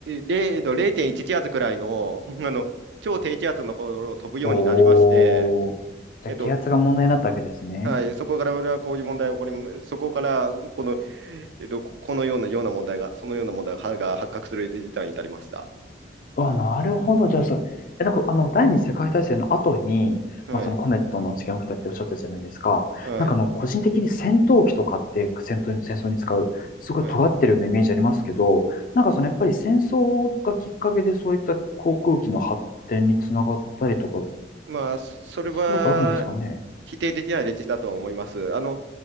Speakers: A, on the right (about 75°); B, on the left (about 50°).
A: 0度、0.1気圧くらいの、<laughs> あの超低気圧のところを飛ぶようになりまして、
B: おー。じゃあ、
A: えっと
B: 気圧が問題になったわけですね。
A: はい、そこから俺はこういう問題が起こり、そこからこの、えっと、このような、ような問題が、そのような問題がが発覚する事態に至りました。
B: あ、なるほど。じゃあ、そう、え、なんか、あの、第二次世界大戦の後に、
A: はい、
B: まあ、そのコメットの事件が起きたっておっしゃったじゃないですか。
A: はい、
B: なんか、あの、個人的に戦闘機とかって戦闘に、戦争に使う、すごい尖ってるようなイメージありますけど、
A: はい。
B: なんか、その、やっぱり戦争がきっかけで、そういった航空機の発展につながったりとか、
A: まあ、それは
B: そういうことあるんですかね。
A: 否定できない歴史だと思います。あの、